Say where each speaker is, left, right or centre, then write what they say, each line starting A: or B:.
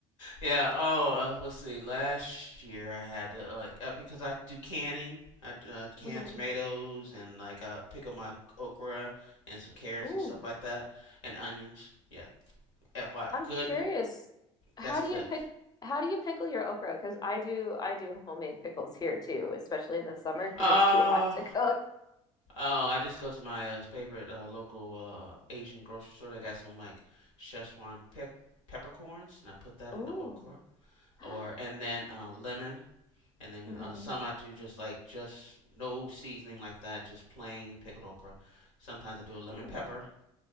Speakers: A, on the left; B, on the left.
A: yeah. Oh, uh, let's see. Last year I had to uh, uh, because I do canning. I uh, can
B: hmm
A: tomatoes and like uh, pickle my okra and some carrots
B: Ooh,
A: and stuff like that, and onions. Yeah, FY,
B: I'm
A: good.
B: curious. How
A: That's good.
B: do you pick how do you pickle your okra? Because I do I do homemade pickles here too, especially in the summer because
A: Uh,
B: it's too hot to cook.
A: Oh, I just go to my uh, favorite uh, local uh, Asian grocery store. They got some like Szechuan pe- peppercorns, and I put that in
B: Ooh.
A: the okra,
B: <gasps>
A: or and then uh, lemon, and then
B: Mm-hmm.
A: uh, some I do just like just no seasoning like that, just plain pickled okra. Sometimes I do a lemon
B: Mm.
A: pepper,